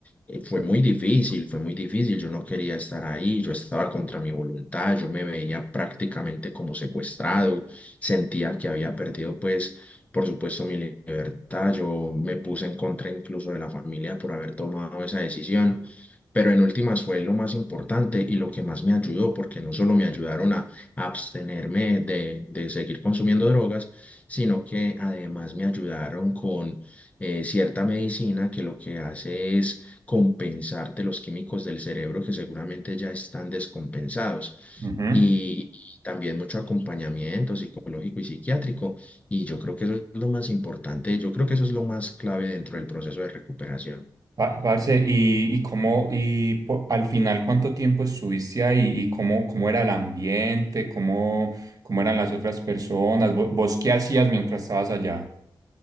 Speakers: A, on the left; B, on the right.
A: eh, fue muy difícil, fue muy difícil. Yo no quería estar ahí, yo estaba contra mi voluntad, yo me veía prácticamente como secuestrado, sentía que había perdido, pues, por supuesto, mi libertad. Yo me puse en contra incluso de la familia por haber tomado esa decisión. Pero en últimas fue lo más importante y lo que más me ayudó, porque no solo me ayudaron a abstenerme de, de seguir consumiendo drogas, sino que además me ayudaron con eh, cierta medicina que lo que hace es compensarte los químicos del cerebro que seguramente ya están descompensados.
B: ujú.
A: Y también mucho acompañamiento psicológico y psiquiátrico. Y yo creo que eso es lo más importante, yo creo que eso es lo más clave dentro del proceso de recuperación.
B: Pa- parce, y, y cómo, y po- al final cuánto tiempo estuviste ahí y cómo, cómo era el ambiente, cómo, cómo eran las otras personas, vos, vos qué hacías mientras estabas allá.